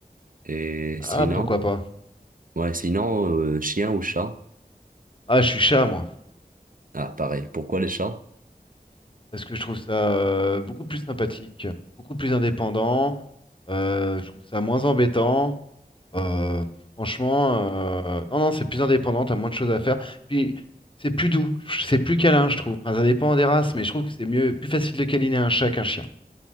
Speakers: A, on the right (about 60°); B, on the left (about 30°).
A: Et
B: Ah,
A: sinon,
B: pourquoi pas.
A: ouais, sinon, euh, chien ou chat?
B: Ah, je suis chat, moi.
A: Ah, pareil. Pourquoi les chats?
B: Parce que je trouve ça euh, beaucoup plus sympathique, beaucoup plus indépendant. euh, je trouve ça moins embêtant. euh, franchement, euh, non, non, c'est plus indépendant, t'as moins de choses à faire. Puis, c'est plus doux, c'est plus câlin, je trouve. Enfin, ça dépend des races, mais je trouve que c'est mieux, plus facile de câliner un chat qu'un chien.